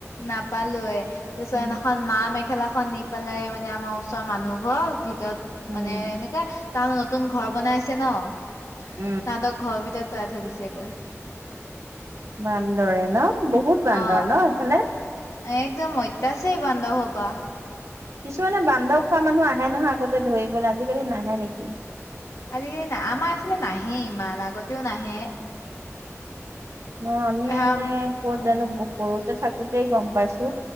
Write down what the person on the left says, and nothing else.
নাপালোয়ে ।তাৰপিছত সিনাখন
মা মে খেলাখন নি পেলাই মানে আমাৰ ওচৰৰ মানুহ ঘৰ ভিতৰত
মানে এনেকা তাহত নতুন ঘৰ বনাইছে ন তাহতক
ঘৰৰ ভিতৰত পেলাই থৈ দিছে গৈ।
অ
একদম ঐতিয়াছে বান্ধ হ'বা
আজিকালি নাহেই। আমাৰ এইফালে নাহে ইমান আগতেও নাহে
হা
উম,